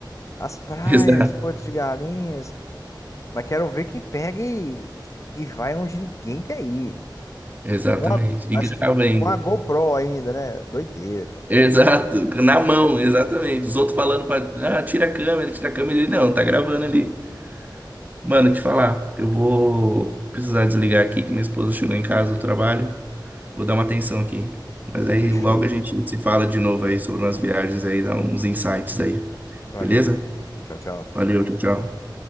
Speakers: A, on the left; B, on the right.
A: as praias
B: Exa-
A: de Porto de Galinhas. Mas quero ver quem pega e, e vai onde ninguém quer ir.
B: Exatamente.
A: Com a,
B: E
A: acho
B: grava
A: que
B: ainda.
A: com a GoPro ainda, né? Doideira, cara.
B: Exato, na mão, exatamente. Os outros falando pra. Ah, tira a câmera, tira a câmera. Ele não, tá gravando ali. Mano, te falar, eu vou precisar desligar aqui que minha esposa chegou em casa do trabalho. Vou dar uma atenção aqui. Mas aí
A: Fechou.
B: logo a gente se fala de novo aí sobre umas viagens aí, dá uns insights aí.
A: Valeu.
B: Beleza?
A: Tchau, tchau.
B: Valeu, tchau, tchau.